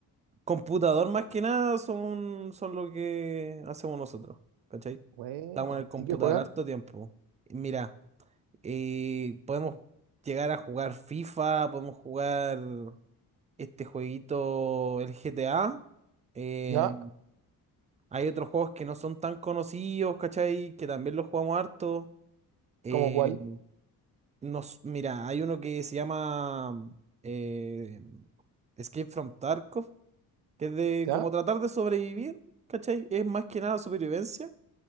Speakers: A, on the right; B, on the right.
A: computador más que nada son, son lo que hacemos nosotros, ¿cachai?
B: Buena.
A: Estamos en el computador
B: ¿Y qué juegan?
A: harto tiempo. Y Mira, eh, podemos llegar a jugar FIFA, podemos jugar este jueguito, el GTA. eh,
B: ¿Ya?
A: hay otros juegos que no son tan conocidos, ¿cachai? Que también los jugamos harto. Eh,
B: ¿Cómo cuál?
A: nos, mira, hay uno que se llama eh, Escape from Tarkov que es de
B: ¿Ya?
A: como tratar de sobrevivir, ¿cachai? Es más que nada supervivencia,